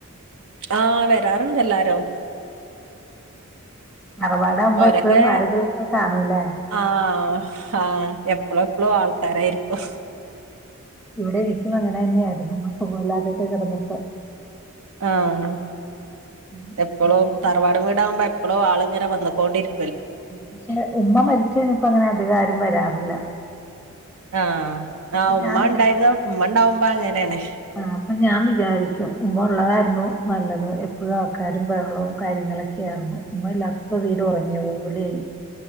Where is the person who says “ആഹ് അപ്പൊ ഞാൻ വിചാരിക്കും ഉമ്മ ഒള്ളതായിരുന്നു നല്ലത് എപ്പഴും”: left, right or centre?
Centre